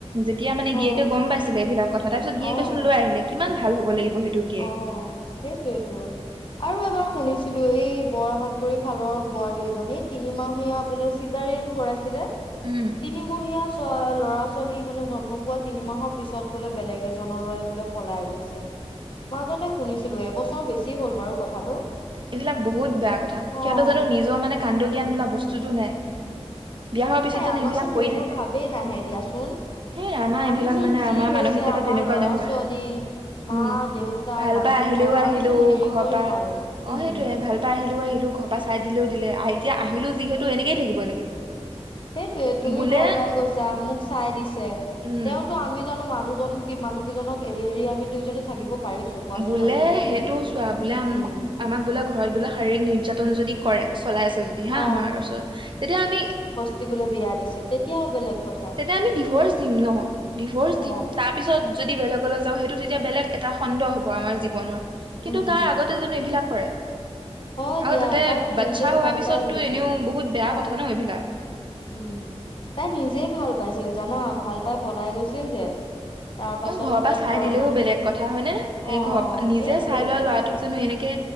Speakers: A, on the right; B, on the left.
A: যেতিয়া মানে
B: অ',
A: গিৰিয়েকে গম পাইছিলে এইবিলাক কথা তাৰপিছত
B: অ',
A: গিৰিয়েকে চোন লৈ আহিলে, কিমান ভাল হ'ব লাগিব সেইটো। গিৰিয়েক
B: অ', সেইটোৱেইটো। আৰু এবাৰ শুনিছিলো এই বৰাহাতগুৰি ফালৰ বোৱাৰী এজনী তিনিমহীয়া বোলে চিজাৰিন কৰাইছিলে তিনিমহীয়া
A: উম
B: চোৱা ল'ৰা-ছোৱালী মানে জন্ম পোৱা তিনি মাহৰ পিছত বোলে বেলেগ এজনলৈ বোলে পলাই গৈছে। মাজতে শুনিছিলো এবছৰ বেছি হ'ল বাৰু কথাটো।
A: এইবিলাক বহুত বেয়া কথা‌
B: অ',
A: সিহঁতৰ জানো নিজৰ মানে কাণ্ডজ্ঞান বোলা বস্তুতো নাই। বিয়া হোৱাৰ পিছত
B: এ
A: জানো
B: আমাৰচোন
A: এইবিলাক কৰি
B: সেইবোৰ
A: থাকে।
B: ভাবেই নাহে দিয়াচোন।
A: সেই আমাৰ
B: আমিচোন
A: এইবিলাক মানে
B: যি
A: আমাৰ
B: হৈছে
A: মানসিকতা
B: আমাৰ
A: তেনেকুৱা
B: ল'ৰা
A: নহয়।
B: ছোৱালী মা
A: উম
B: দেউতা
A: ভাল
B: মানুহজন
A: পাই আহিলেও আহিলোঁ
B: আমিচোন এৰিবই
A: ঘৰ পা
B: নোৱাৰো উম,
A: অ' সেইটোৱে ভাল পাই আহিলোঁ আহিলোঁ ঘৰ পৰা চাই দিলেও দিলে এতিয়া আহিলো যিহেতু এনেকেই থাকিব লাগিব।
B: সেইটোৱে তুমি
A: বোলে
B: ভাল পাই গৈছা মোক চাই দিছে।
A: উম
B: তেওঁটো আমি জানো মানুহজন কি মানুহ কেইজনক এৰি এৰি আমি দুইজনী থাকিব পাৰিছো কোৱাচোন
A: বোলে
B: আমি দুজনীয়ে
A: সেইটো চোৱা বোলে
B: উম
A: আমাক বোলে ঘৰত বোলে শাৰীৰিক নিৰ্যাতন যদি কৰে চলাই আছে যদি
B: অ
A: হা' আমাৰ ওচৰত তেতিয়া আমি
B: যি বোলো বিয়া দিছে তেতিয়াও বেলেগ কথা
A: তেতিয়া আমি ডিভৰ্চ দিম ন' ডিভৰ্চ
B: অ
A: দিম তাৰ পিছত যদি বেলেগলৈ যাওঁ সেইটো তেতিয়া বেলেগ এটা খণ্ড হ'ব আমাৰ জীৱনৰ।
B: উম
A: কিন্তু তাৰ আগতে জানো এইবিলাক কৰে।
B: হয়
A: আৰু
B: দিয়া
A: তাতে
B: তাইতো
A: বাচ্ছা
B: নিজে
A: হোৱাৰ
B: ভাল
A: পিছততো
B: পাই গৈছিল
A: এনেও বহুত বেয়া
B: অ
A: কথা ন এইবিলাক।
B: উম' তাই নিজেই ভাল পাইছিল জানা, ভাল পাই পলাই গৈছিল যে। তাৰ পাছত
A: মই ঘৰৰ
B: মানে
A: পা চাই দিলেও
B: মানুহে
A: বেলেগ কথা হয়নে,
B: অ
A: এই ঘৰ নিজে
B: সেইটোৱেতো
A: চাই লোৱা ল'ৰাটোক। জানো এনেকে